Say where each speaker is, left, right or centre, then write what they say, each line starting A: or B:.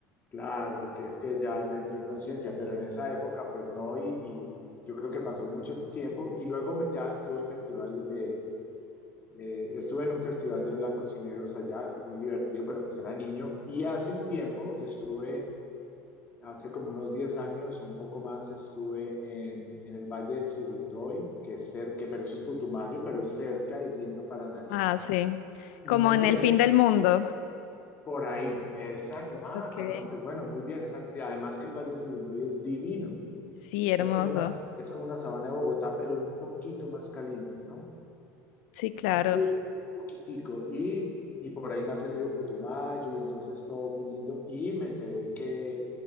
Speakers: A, on the left; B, on the left.
A: Claro, porque es que ya se entró en conciencia, pero en esa época pues no, y, y yo creo que pasó mucho tiempo y luego me- ya estuve en festivales de, de- estuve en un festival de blancos y negros allá, muy divertido, pero pues era niño, y hace un tiempo estuve, hace como unos 10 años, un poco más, estuve en, en el Valle del Sibundoy, que es cerca, pero eso es Putumayo, pero es cerca, es yendo para Nariño,
B: Ah, sí.
A: y
B: Como
A: me enteré
B: en el fin
A: que
B: del mundo.
A: por ahí, exacto, ah,
B: Ok.
A: conoces, bueno, muy bien, exacto, y además que el Valle del Sibundoy es divino.
B: Sí,
A: O
B: hermoso.
A: sea, es como una, es como una sabana de Bogotá, pero un poquito más caliente, ¿no?
B: Sí, claro.
A: Pero un poquitico. Y, y por ahí nace el río Putumayo y entonces todo muy lindo. Y me enteré que